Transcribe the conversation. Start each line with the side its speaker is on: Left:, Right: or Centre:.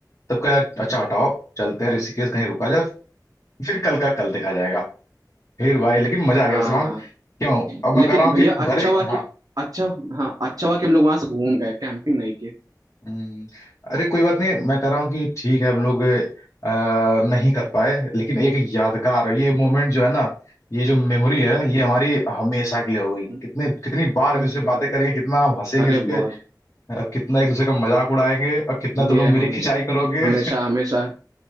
Left: तब कहा अच्छा हटाओ चलते हैं ऋषिकेश कहीं रुका जाए फिर कल का कल देखा जाएगा फिर भाई लेकिन मजा आ गया
Right: हाँ
Left: शिवांग
Right: हाँ
Left: क्यों अब मैं
Right: लेकिन
Left: कह रहा हूँ
Right: भैया
Left: कि <laughs>
Right: अच्छा
Left: भले
Right: हुआ
Left: हाँ
Right: कि अच्छा हाँ अच्छा हुआ कि हम लोग वहां से घूम गए कैंपिंग नहीं किए
Left: हम्म, अरे कोई बात नहीं मैं कह रहा हूँ कि ठीक है हम लोग अ, नहीं कर पाए लेकिन एक यादगार ये मोमेंट जो है ना ये जो मेमोरी है ये हमारी हमेशा के लिए हो गई
Right: हम्म,
Left: कितने कितनी बार
Right: अरे
Left: हम इससे बातें करेंगे कितना हम हंसेंगे
Right: अरे
Left: इस पे
Right: बहुत
Left: अ, कितना एक दूसरे का मजाक उड़ाएंगे और कितना तुम
Right: ये
Left: लोग मेरी
Right: हमेशा
Left: खिंचाई करोगे
Right: हमेशा हमेशा